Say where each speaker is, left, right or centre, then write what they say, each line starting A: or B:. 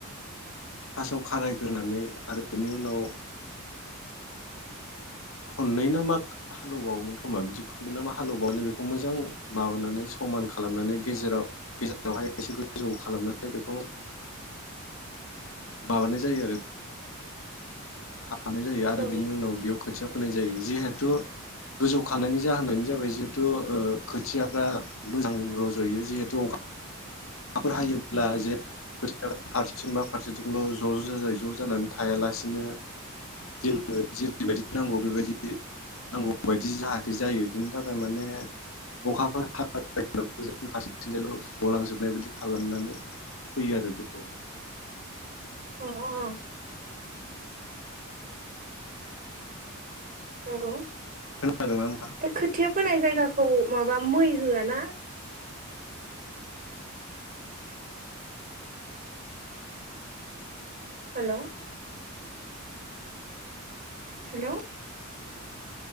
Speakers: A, on the left; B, on the right.
A: फासाव खारायग्रोनानै आरो बेनि उनाव खननै ना मा हालेवबावोमोन खोमा बिदि खननै ना मा हालेवबावनानै बेखौ मोजां माबानानै समान खालामनानै गेजेराव गेजेरावहाय एसे गोजौ खालामनानै बेखौ माबानाय जायो लानाय जायो आरो
B: औ
A: बिनि उनाव बेयाव खोथिया फोनाय जायो जिहेथु गोजौखानायनि जाहोनानो जाबाय जिहेथु खोथियाफ्रा मोजां रज'यो जिहेथु अखा अखाफोर हायोब्ला जे खोथिया फारसेथिं बा फारसेथिंल' ज' ज' जाजाय ज' जानानै थायालासिनो जोंनो जेरैबायदि नांगौ बेबायदि नांगौ बायदि जाहाथे जायो बिनि थाखाय माने अखाफोर हायोब्लाबो जों फारसेथिंजाल' गलांजोब नाय बादि खालामनानै फैयो आरो बेखौ
B: ओ ओ नंगौ
A: खोनादोंना नोंथां?
B: बे खुथिया फोनाय जायगाखौ माबा मै होआ ना हेलौ हेलौ